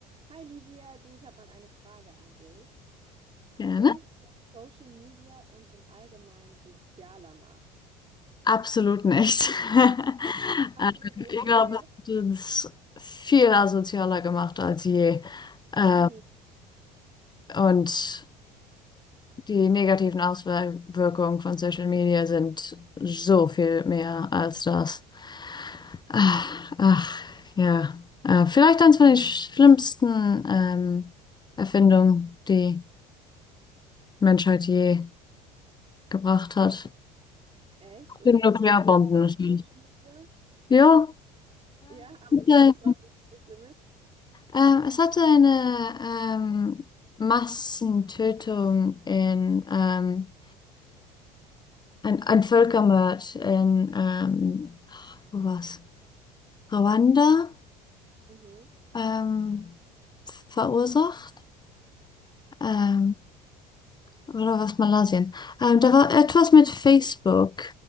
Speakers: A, on the right; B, on the left.
A: Hi Livia, du, ich habe mal eine Frage an dich.
B: Gerne.
A: Denkst du, dass Social Media uns im Allgemeinen sozialer macht?
B: Absolut nicht. <laughs>
A: Absolut
B: Ähm, Ich
A: nicht,
B: glaube,
A: okay.
B: es hat uns viel asozialer gemacht als je. Ähm,
A: Mhm.
B: Und die negativen Auswirkungen von Social Media sind so viel mehr als das. Ach, ach, ja. Äh, Vielleicht eines von den schlimmsten ähm, Erfindungen, die Menschheit je gebracht hat.
A: Echt? Okay,
B: Die Nuklearbomben
A: benutzt du
B: natürlich.
A: Social Media?
B: Ja,
A: Ja, aber das
B: ja,
A: findest du, dass es so schlimm ist?
B: Ähm, es hatte eine ähm, Massentötung in ähm, ein, ein Völkermord in ähm, wo war's? Ruanda
A: Mhm.
B: ähm, verursacht ähm, oder was Malaysia? Ähm, da war etwas mit Facebook